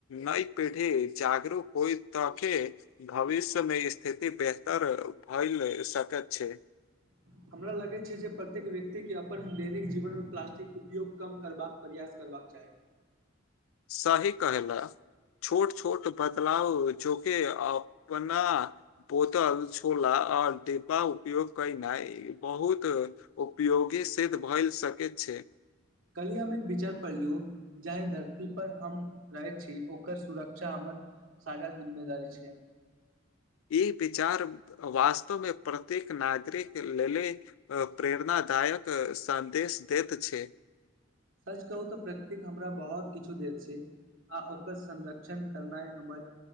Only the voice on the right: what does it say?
ह <inaudible> हमरा लगैत छै जे प्रत्येक व्यक्ति के अपन दैनिक जीवन मे प्लास्टिक उपयोग कम करबाक प्रयास करबाक चाही
कली हम एक विचार पढ़लहु जाहि धरती पर हम रहैत छी ओकर सुरक्षा हमर साझा जिम्मेवारी छै
सच कहू तऽ प्रकृतिक हमरा बहुत किछु देैत छै आ ओकर संरक्षण करनाइ हमर